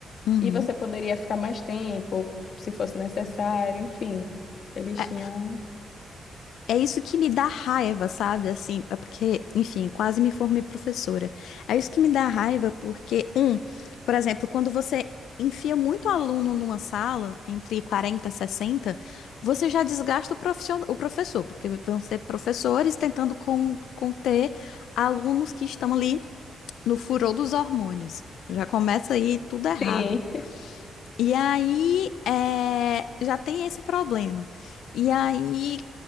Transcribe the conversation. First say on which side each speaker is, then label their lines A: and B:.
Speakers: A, on the left (about 90°); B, on the left (about 60°).
A: Uhum.
B: e você poderia ficar mais tempo, se fosse necessário, enfim. Eles
A: É,
B: tinham.
A: É isso que me dá raiva, sabe? Assim, é porque, enfim, quase me formei professora. É isso que me dá raiva porque, um, por exemplo, quando você enfia muito aluno numa sala, entre 40 e 60, você já desgasta o profissio- o professor, porque vão ser professores tentando con- conter alunos que estão ali no furor dos hormônios. Já começa aí tudo errado.
B: Sim.
A: E aí, é, já tem esse problema. E aí,